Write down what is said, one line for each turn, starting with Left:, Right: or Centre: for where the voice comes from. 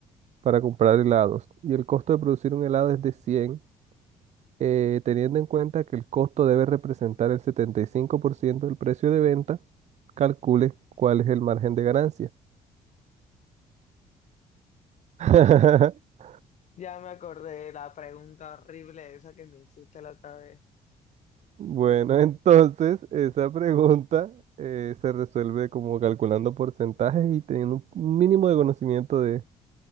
Right: para comprar helados y el costo de producir un helado es de 100, eh, teniendo en cuenta que el costo debe representar el 75% del precio de venta, calcule cuál es el margen de ganancia. <laughs>
Left: Ya me acordé de la pregunta horrible esa que me hiciste la otra vez.
Right: Bueno, entonces esa pregunta eh, se resuelve como calculando porcentajes y teniendo un mínimo de conocimiento de